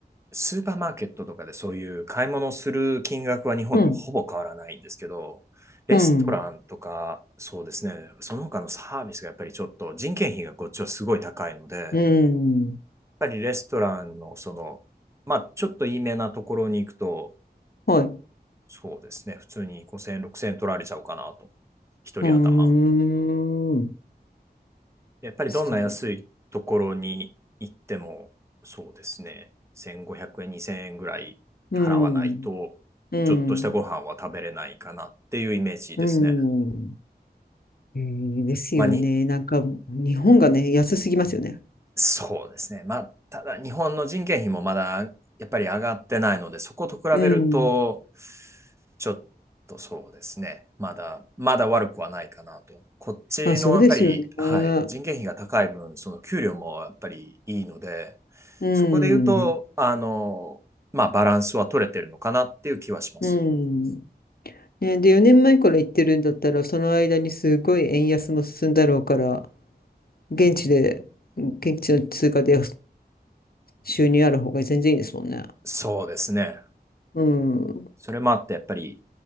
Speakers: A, on the right (about 15°); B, on the left (about 65°).
A: スーパーマーケットとかでそういう買い物をする金額は日本とほぼ変わらないんですけど、
B: うん。
A: レストランとか、
B: うん。
A: そうですね、その他のサービスがやっぱりちょっと人件費がこっちはすごい高いので、やっ
B: うん。
A: ぱりレストランのその、まあちょっといいめなところに行くと、
B: はい。う
A: そうですね、普通に5000円、6000円取られちゃうかなと、一人頭。
B: ーん。
A: やっぱりどんな安いところに行っても、
B: そう。
A: そうですね、1500円、2000円ぐらい払わないと、
B: うん。うん。
A: ちょっとしたご飯は食べれないかなっていうイメージですね。
B: うん。えーですよね。
A: まあ、に、
B: なんか、日本がね、安すぎますよね。
A: そうですね。まあ、ただ日本の人件費もまだやっぱり上がってないので、そこと比べると、
B: うん。
A: ちょっとそうですね。まだ、まだ悪くはないかなと。こっちのやっぱり、
B: まあ、そうですよね。
A: はい、
B: うん。
A: 人件費が高い分、その給料もやっぱりいいので、
B: うん。
A: そこで言うと、あの、まあ、バランスは取れてるのかなっていう気はします。
B: うん。ね、で、4年前から行ってるんだったら、その間にすごい円安も進んだろうから、現地で、現地の通貨で収入ある方が全然いいですもんね。
A: そうですね。
B: うん。
A: それもあって、やっぱり、